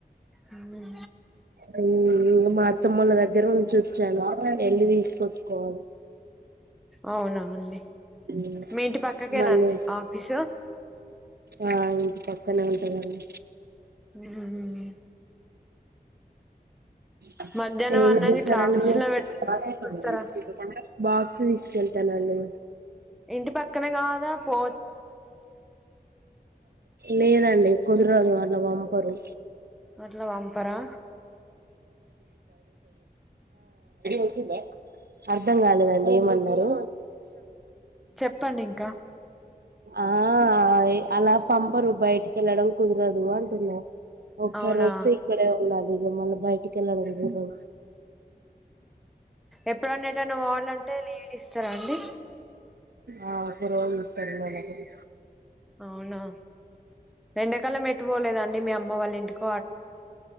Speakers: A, in the centre; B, on the right.
A: హ్మ్.
B: అ మా అత్తమ్ముళ్ల దగ్గర నుంచి వచ్చాను ఎళ్లి తీసుకొచ్చుకోవాలి
A: అవునవుండి
B: ఉమ్
A: మీ ఇంటి పక్కకేనాండి
B: మళ్ళీ
A: ఆఫీసు
B: ఆ ఇంటి పక్కనే ఉంటదండి
A: హ్మ్.
B: అఓ
A: మధ్యాహ్నం
B: ఏమి
A: అన్నం
B: చేస్తారండి
A: గిట్లా ఆఫీసు
B: మీరు
A: లో పెట్ చూస్తారా
B: బాక్స్ తీసుకెళ్తానుండి
A: ఇంటి పక్కనే కాదా పో
B: లేదండి కుదిరోజు వాట్ల వంపరు
A: మలం అంపరా
B: వచ్చిందా అర్ధం కాలేదండి ఏమన్నారు
A: చెప్పండి ఇంకా
B: ఆ అలా పంపరు బయటికి వెళ్ళడం కుదరదు అంటున్నారు ఒకసారి
A: అవునా
B: వస్తే ఇక్కడే ఉన్నాలి ఇక మళ్ళీ బయటికి వెళ్ళడం కూడదు
A: ఎప్పుడన్న ఎటన్నా బోవలంటే లీవ్ ఇస్తారా అండి
B: ఆ ఒక రోజు ఇస్తారు అండి నెలఆకరిని
A: అవునా ఎండాకాలం ఎటు పోలేదా అండి మీ అమ్మ వాళ్ళ ఇంటికి